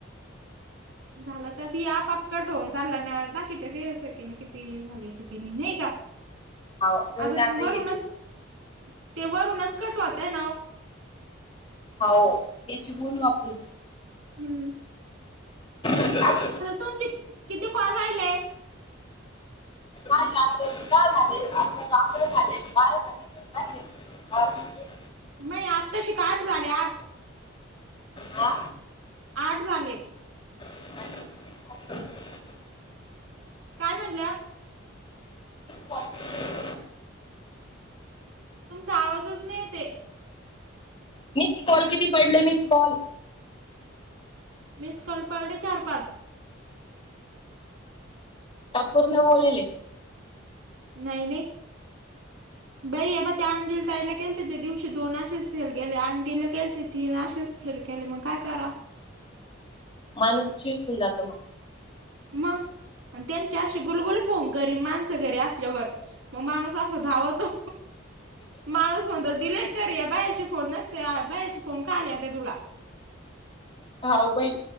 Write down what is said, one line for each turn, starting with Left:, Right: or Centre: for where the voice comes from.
Right: झालं तर बी आपआप काटवन चालला ना,, दाकीित ते सेकंड किती झाले, किती नाही नाही का?
Left: हो जाऊन
Right: अगं
Left: दे आता
Right: ते वरूनच,,
Left: ये
Right: ते वरूनच कट व्हतय नव्ह
Left: होा,, त्याची बोल वापरऽ
Right: हम्म,
Left: <inaudible>
Right: तुम किती कर राहिलय
Left: आ दहा झाले अ अकरा झाले बारा झालेहिे ह आहे
Right: नाही आत् तशी काठ झाले आठ
Left: हा
Right: आठ झाले
Left: आणि तुम्हीच करून घ्या.
Right: काय म्हणल्या
Left: ह
Right: तुमचा आवाजच नाही येते.
Left: मिस कॉल किती पडले मिस कॉल.
Right: मिसकॉल पळले चार पाच
Left: अ पूर्ण बोललेले
Right: नाही नाही बाई अबा ते अंजीला ताईला केलते ते दिवशी दोन आशेच फेल गेले अंटीला केलते तीन आशेच फेल केले मग काय करा
Left: माणूस चिरकून जातो मग
Right: मग त्यांच्या अशी गुलगुल फोन करी माणसं घरी असल्यावर मग माणूस धावतो माणूस म्हणतो डलेट करया बायाचे फोन नसते बायाचे फोन कालता तुला.
Left: हाऊ बाई